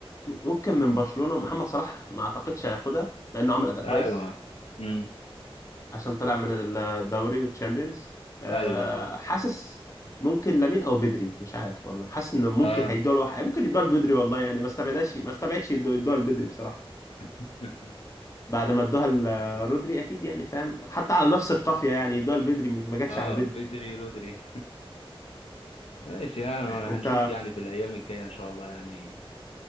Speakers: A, on the left; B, on the left.
A: ممكن من برشلونة محمد صلاح ما اعتقدش هياخدها مع انه عمل اداء كويس
B: ايوه امم
A: عشان طلع من الدوري والتشامبيونز آه
B: ايوه
A: حاسس ممكن لامين او بدري مش عارف والله حاسس انه ممكن
B: اه
A: هيدوها لواحد ممكن يدوها لبدري والله يعني ما استبعدش ما استبعدش يدو- يدوها لبدري بصراحة
B: <laughs>
A: بعد ما ادوها لرودري اكيد يعني فاهم حتى على نفس القافية يعني يدوها لبدري مش ما جاتش
B: اه
A: على بدري
B: بدري رودري ماشي يعني
A: انت
B: هنشوف يعني في الأيام الجاية إن شاء الله يعني